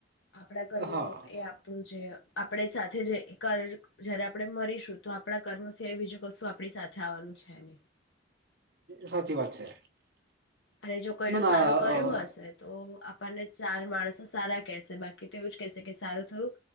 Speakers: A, on the left; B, on the right.
A: આપણા કર્મો
B: હા
A: એ આપણું જે આપણે સાથે જે કર જયારે આપણે મરીશું. આપણા કર્મ છે બીજું વસ્તુ આપણી સાથે આવવાનું છે ન.
B: સાચી વાત છે.
A: અને જો કોઈનું
B: ના ના
A: સારું કર્યું હશે તો. ને ચાર માણસો સારા કેહેશે બાકી તો એવું જ કેહેશે કે સારું થયું